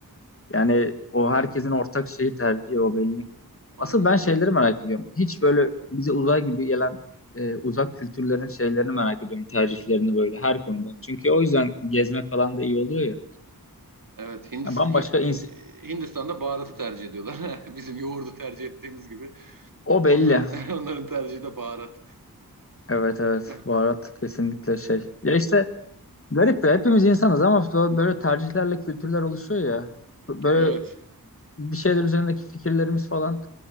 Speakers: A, on the left; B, on the right.
A: Yani o herkesin ortak şeyi tercihi o belli.
B: <laughs> Aynen
A: Asıl ben
B: öyle.
A: şeyleri merak ediyorum. Hiç böyle bize uzay gibi gelen e, uzak kültürlerin şeylerini merak ediyorum. Tercihlerini böyle her konuda. Çünkü o yüzden gezmek falan da iyi oluyor ya.
B: Evet Hindist
A: Yani bambaşka
B: Hi-
A: ins-
B: e, Hindistan'da baharatı tercih ediyorlar. <laughs> Bizim yoğurdu tercih ettiğimiz gibi.
A: O belli.
B: Onların <laughs> onların tercihi de baharat.
A: Evet evet.
B: <laughs>
A: Baharat kesinlikle şey. Ya işte garip ya. Hepimiz insanız ama böyle tercihlerle kültürler oluşuyor ya. Böyle
B: Evet.
A: bir şeyler üzerindeki fikirlerimiz falan